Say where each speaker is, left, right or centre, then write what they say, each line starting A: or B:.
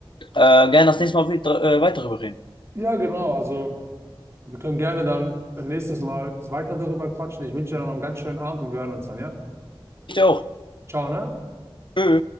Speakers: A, on the left (about 65°); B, on the right (about 30°).
A: Äh, gerne das nächste Mal wieder, äh, weiter darüber reden.
B: ja genau, also. Wir können gerne dann äh, nächstes Mal weiter darüber quatschen. Ich wünsche dir noch einen ganz schönen Abend. Wir hören uns dann, ja?
A: Ich dir auch.
B: Ciao, ne?
A: Tschö.